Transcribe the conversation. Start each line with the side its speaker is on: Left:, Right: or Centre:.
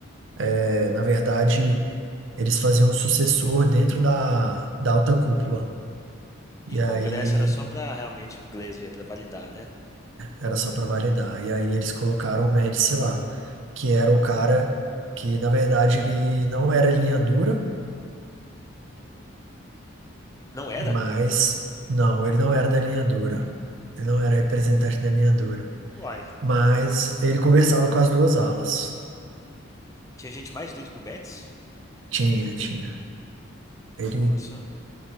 Right: é, na verdade, eles faziam um sucessor dentro da, da alta cúpula.
Left: E
Right: E
Left: o Congresso
Right: aí
Left: era só pra realmente o inglês ver, pra validar, né?
Right: era só para validar. E aí eles colocaram o Médici lá, que era o cara que, na verdade, ele não era linha dura,
Left: Não era?
Right: mas não, ele não era da linha dura. Ele não era representante da linha dura.
Left: Uai,
Right: Mas ele conversava com as duas alas.
Left: tinha gente mais dura que o Médici?
Right: Tinha, tinha.
Left: Nossa,
Right: Ele,